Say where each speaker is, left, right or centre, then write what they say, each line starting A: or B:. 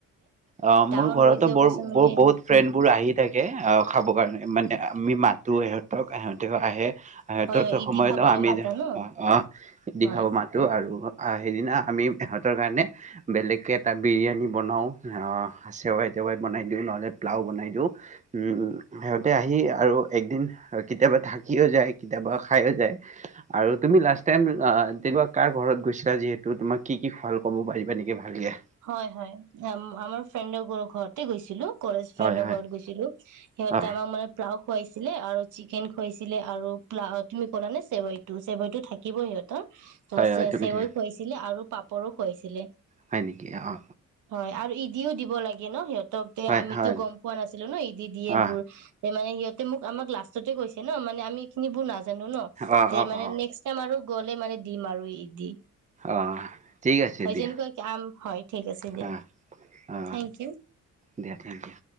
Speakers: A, on the right; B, on the right.
A: অ
B: ডাঙৰ
A: মোৰ ঘৰতো
B: হৈ যোৱাৰ
A: বৰ
B: পাছত মানে
A: ব বহুত ফ্ৰেণ্ড বোৰ আহি থাকে অ খাব কাৰণে মানে আমি মাতো ইহঁতক এহঁতেও আহে সেততো
B: হয় হয় ইদি
A: সময়
B: খাবলে
A: ন আমি
B: মাতা ন
A: অ অ দি
B: হয়
A: খাব মাতো আৰু সেইদিনা আমি ইহঁতৰ কাৰণে বেলেগকে তাত বিৰিয়ানী বনাওঁ চেৱাই তেৱাই বনাই দিওঁ, নহ'লে প্লাও বনাই দিওঁ, উমম সিহঁতে আহি আৰু একদিন কেতিয়াবা থাকিও যায়, কেতিয়াবা খাইয়ো যায়, আৰু তুমি লাষ্ট টাইম তেনেকুৱা কাৰ ঘৰত গৈছিলা যিহেতু তোমাক কি কি খোৱাল ক'ব পাৰিবা নেকি ভালকৈ?
B: হয় হয় আমাৰ ফ্ৰেণ্ড বোৰৰ ঘৰতে গৈছিলো। কলেজ ফ্ৰেণ্ডৰ
A: হয় হয়
B: ঘৰত গৈছিলো। সিহঁতে
A: অ
B: আমাৰ মানে ফ্লা লাও খুৱাইছিলে আৰু চিকেন খুৱাইছিলে আৰু প্লাও তুমি ক'লা নে চেৱাইটো চেৱাইটো থাকিবই সিহঁত তৰ
A: হয় হয়
B: চে
A: তুমি
B: চেৱৈ
A: ঠিক
B: খুৱাইছিলে আৰু পাপৰো খুৱাইছিলে
A: হয় নেকি অ
B: হয় আৰু ই দিও দিব লাগে ন সিহঁত-
A: হয়
B: আমিতো
A: হয়
B: গম পোৱা নাছিলো ন ইদি দিয়ে
A: অ
B: বোৰ এই বোৰ মানে সিহঁতে মোক আমাক লাচ তুমি কৈছে ন মানে আমি এইখিনি বু নাজ জানো ন
A: অ
B: টে
A: অ
B: মানে
A: অ
B: নেক্স টাইম আৰু গ'লে মানে দিম আৰু ইদি
A: অ ঠিক আছে
B: হয়
A: দিয়া
B: যেনেকুৱা আম হয় ঠিক আছে দিয়া
A: অ অ
B: থেংক ইউ।
A: দিয়া থেংকইউ।